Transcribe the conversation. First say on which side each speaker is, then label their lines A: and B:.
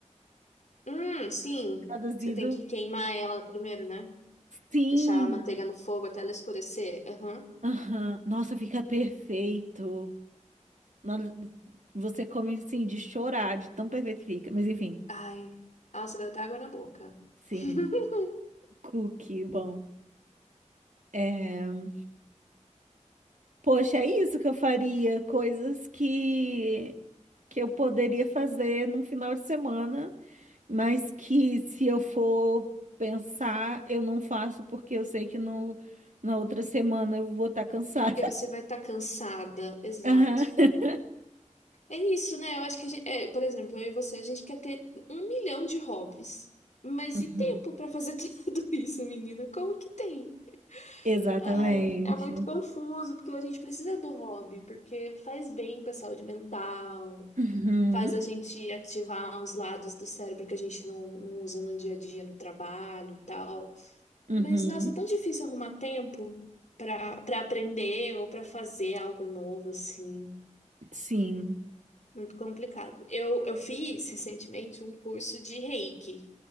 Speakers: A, on the left; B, on the right.
A: Hum, sim.
B: Traduzido
A: Você tem que queimar ela primeiro, né?
B: Sim.
A: Deixar a manteiga no fogo até ela escurecer. Aham.
B: Aham. Nossa, fica perfeito. Nossa, Você come assim de chorar, de tão perfeito que fica. Mas enfim,
A: Ai, nossa, deu até água na boca.
B: sim.
A: <laughs>
B: Cookie, bom. É... Poxa, é isso que eu faria. Coisas que que eu poderia fazer num final de semana, mas que se eu for pensar, eu não faço porque eu sei que no... na outra semana eu vou estar cansada.
A: Porque você vai estar cansada, exato.
B: <laughs>
A: É isso, né? Eu acho que a gente, é, por exemplo, eu e você, a gente quer ter um milhão de hobbies, mas
B: Aham.
A: e tempo
B: Uhum.
A: pra fazer <laughs> tudo isso, menina? Como que tem?
B: Exatamente.
A: Ai, é muito confuso, porque a gente precisa do hobby, porque faz bem pra saúde mental,
B: Uhum.
A: faz a gente ativar uns lados do cérebro que a gente não, não usa no dia a dia, no trabalho e tal.
B: Uhum,
A: Mas, nossa, é tão difícil arrumar tempo para para aprender ou para fazer algo novo, assim.
B: sim.
A: Muito complicado. Eu, eu fiz recentemente um curso de Reiki.